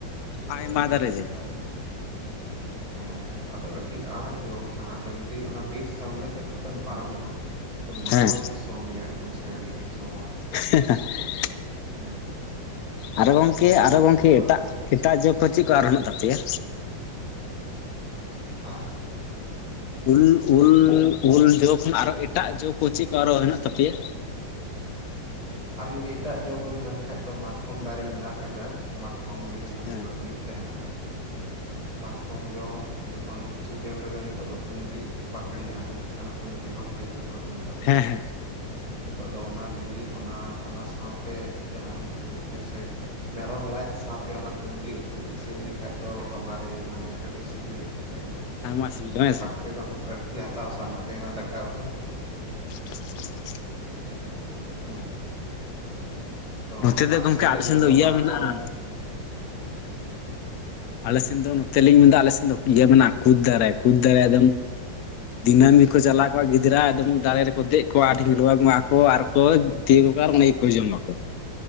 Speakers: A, on the right; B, on the left.
A: ᱢᱤᱫᱴᱮᱱ
B: ᱟᱭᱢᱟ
A: ᱵᱤᱨ
B: ᱫᱟᱨᱮ
A: ᱞᱮᱠᱟ
B: ᱜᱮ
A: ᱢᱮᱱᱟᱜᱼᱟ, ᱦᱮᱸ᱾ ᱦᱮᱸ ᱟᱫᱚ ᱟᱹᱰᱤ ᱟᱦᱟᱴ ᱡᱚᱣ ᱠᱟᱱᱟ ᱟᱫᱚ ᱡᱩᱫᱤ ᱚᱱᱟ ᱵᱤᱨ ᱥᱟᱢᱱᱮ ᱥᱮᱫ ᱞᱮᱠᱟᱛᱮᱢ ᱯᱟᱨᱚᱢᱚᱜᱼᱟ ᱢᱚᱡᱽ
B: ᱦᱮᱸ
A: ᱜᱮ ᱥᱚ ᱢᱮᱭᱟ ᱮᱠᱫᱚᱢ ᱥᱮᱱᱰ ᱜᱮ ᱥᱳᱣᱟ᱾
B: <unintelligible>
A: ᱦᱮᱸ᱾
B: ᱟᱨᱚ ᱜᱚᱝᱠᱮ
A: ᱥᱮᱱᱴ
B: ᱟᱨᱚ
A: ᱜᱮ
B: ᱜᱚᱝᱠᱮ
A: ᱥᱚᱣᱟ
B: ᱮᱴᱟᱜ
A: ᱟᱨ
B: ᱮᱴᱟᱜ ᱡᱚ ᱠᱚ ᱪᱤᱜ ᱠᱚ ᱟᱨᱚ ᱦᱮᱱᱟᱜ ᱛᱟᱯᱮᱭᱟ?
A: ᱟᱸ?
B: ᱩᱞ ᱩᱞ ᱩᱞ ᱡᱚ ᱠᱷᱚᱱ ᱟᱨ ᱮᱴᱟᱜ ᱡᱚ ᱠᱚ ᱪᱤᱜ ᱠᱚ ᱟᱨᱚ ᱦᱮᱱᱟᱜ ᱛᱟᱯᱮᱭᱟ?
A: ᱟᱨ ᱡᱩᱫᱤ ᱮᱴᱟᱜ ᱡᱚ ᱵᱚᱱ ᱢᱮᱱ ᱠᱷᱟᱡ ᱫᱚ ᱢᱟᱛᱠᱚᱢ ᱫᱟᱨᱮ ᱢᱮᱱᱟᱜᱼᱟ ᱠᱟᱡᱟᱠ ᱢᱟᱛᱠᱚᱢ ᱵᱤᱞᱤ ᱦᱚᱸ
B: ᱦᱮᱸ
A: ᱯᱩᱨᱟᱹ ᱦᱩᱭᱩᱜ᱾ ᱛᱟᱸᱦᱮᱱᱟ ᱾ ᱢᱟᱛᱠᱚᱢ ᱡᱚ ᱡᱚᱠᱷᱚᱱ ᱥᱤᱡᱤᱱ ᱨᱮᱫᱚ ᱱᱤᱛᱚᱜ ᱫᱚ ᱠᱩᱭᱰᱤ ᱵᱟᱠᱲᱮ ᱡᱟᱦᱟᱸ ᱠᱚ ᱢᱮᱛᱟᱜ ᱠᱟᱱᱟ ᱠᱩᱸᱭᱰᱤ ᱵᱟᱠ ᱠᱩᱲᱤ ᱡᱟᱦᱟᱸ ᱠᱚᱨᱮ ᱠᱚ ᱢᱮᱛᱟᱜ ᱛᱟᱸᱦᱮᱱᱟ
B: ᱦᱮᱸ ᱦᱮᱸ
A: ᱱᱤᱛᱚᱜ ᱫᱚ ᱚᱱᱟ ᱵᱤᱞᱤ ᱚᱱᱟ ᱚᱱᱟ ᱥᱟᱶᱛᱮ ᱡᱟᱦᱟᱸᱱ ᱠᱚ ᱜᱮᱥᱮ ᱢᱮᱨᱚᱢ ᱞᱟᱡ, ᱥᱟᱶᱛᱮ ᱚᱱᱟ ᱠᱩᱸᱭᱰᱤ ᱩᱛᱩ ᱤᱥᱤᱱ ᱞᱮᱠᱷᱟᱡ ᱫᱚ ᱵᱟᱵᱟ ᱨᱮ ᱢᱟᱱᱮ ᱟᱹᱰᱤ ᱥᱤᱵᱤᱞ ᱟᱹᱠᱟᱹᱜ ᱛᱟᱸᱦᱮᱱᱟ
B: ᱟᱭᱢᱟ ᱥᱤᱵᱤᱞᱟ ᱦᱮᱸ
A: ᱵᱟᱨ
B: ᱥᱮ
A: ᱯᱮ ᱫᱚᱢ ᱟᱲ ᱛᱤ ᱦᱟᱛᱟᱣ ᱥᱟᱱᱟ ᱛᱟᱦᱮᱱᱟ ᱫᱟᱠᱟ ᱩᱛᱩ ᱾
B: <inaudible>
A: ᱦᱩᱸ ᱛᱚ
B: ᱱᱚᱛᱮ ᱫᱚ
A: ᱟᱨ
B: ᱜᱚᱝᱠᱮ
A: ᱥᱤᱡᱮᱱ
B: ᱟᱞᱮ ᱥᱮᱱ
A: ᱨᱮᱫᱚ
B: ᱫᱚ ᱤᱭᱟ
A: ᱢᱟᱛᱠᱚᱢ
B: ᱢᱮᱱᱟᱜᱼᱟ ᱾ ᱟᱞᱮ ᱥᱮᱱ ᱫᱚ ᱱᱚᱛᱮ ᱞᱤᱧ ᱢᱮᱱᱫᱟ
A: ᱦᱩᱸ
B: ᱟᱞᱮ ᱥᱮᱱ ᱫᱚ ᱤᱭᱟᱹ ᱢᱮᱱᱟᱜᱼᱟ ᱠᱩᱫ ᱫᱟᱨᱮ ᱠᱩᱫ ᱫᱟᱨᱮ ᱮᱠᱫᱚᱢ ᱾ ᱫᱤᱱᱟᱹᱢ ᱜᱮᱠᱚ ᱪᱟᱞᱟᱣ ᱠᱚᱣᱟ ᱜᱤᱫᱽᱨᱟᱹ ᱮᱠᱚᱢ ᱫᱟᱨᱮ ᱨᱮᱠᱚ ᱫᱮᱡ ᱠᱚᱣᱟ ᱟᱨ ᱰᱷᱤᱞᱣᱟᱹᱝᱚᱜ ᱟᱠᱚ ᱟᱨ ᱠᱚᱭ ᱛᱤᱭᱳᱜᱟ ᱠᱚ ᱟᱨ ᱚᱱᱰᱮ ᱜᱮ ᱠᱚ ᱡᱚᱢᱟ ᱠᱚ᱾